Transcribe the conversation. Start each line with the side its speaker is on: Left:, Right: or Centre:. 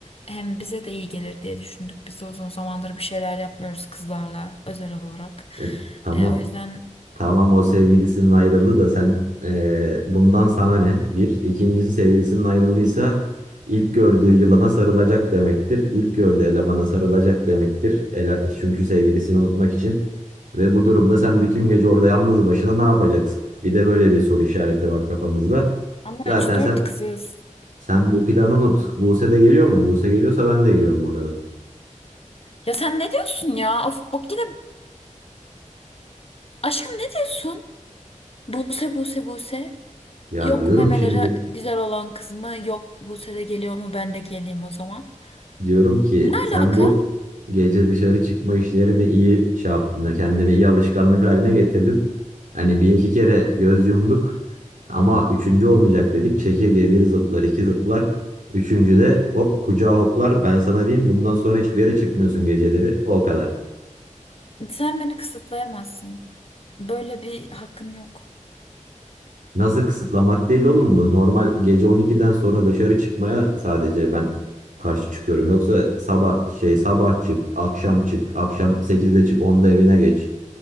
Left: Hem bize de iyi gelir diye düşündük. Biz de uzun zamandır bir şeyler yapmıyoruz kızlarla özel olarak.
Right: E, tamam
Left: E, o yüzden
Right: Tamam o sevgilisinin ayrıldı da sen eee, bundan sana ne? Bir. İkincisi sevgilisinin ayrıldıysa ilk gördüğü yılana sarılacak demektir. İlk gördüğü elemana sarılacak demektir. Ele, çünkü sevgilisini unutmak için. Ve bu durumda sen bütün gece orada yalnız başına ne yapacaksın? Bir de böyle bir soru işareti var kafamızda.
Left: ama
Right: Zaten
Left: üç dört
Right: sen
Left: kızız.
Right: sen bu planı unut. Buse de geliyor mu? Buse geliyorsa ben de geliyorum bu arada.
Left: Ya sen ne diyorsun ya? Of bak yine aşkım ne diyorsun? Buse Buse Buse.
Right: Ya
Left: Yok
Right: diyorum
Left: memelere
Right: şimdi
Left: güzel olan kız mı? Yok Buse de geliyor mu? Ben de geleyim o zaman.
Right: Diyorum ki
Left: Ne alaka?
Right: sen bu gece dışarı çıkma işlerini iyi şey yaptın. Kendini iyi alışkanlık haline getirdin. Hani bir iki kere göz yumduk ama üçüncü olmayacak dedik. Çekirge bir zıplar iki zıplar. Üçüncü de hop kucağa hoplar. Ben sana diyeyim bundan sonra hiçbir yere çıkmıyorsun geceleri. O kadar.
Left: Sen beni kısıtlayamazsın. Böyle bir hakkın yok.
Right: Nasıl kısıtlamak değil oğlum bu. Normal gece 12'den sonra dışarı çıkmaya sadece ben karşı çıkıyorum. Yoksa sabah şey sabah çık, akşam çık, akşam sekizde çık, onda evine geç.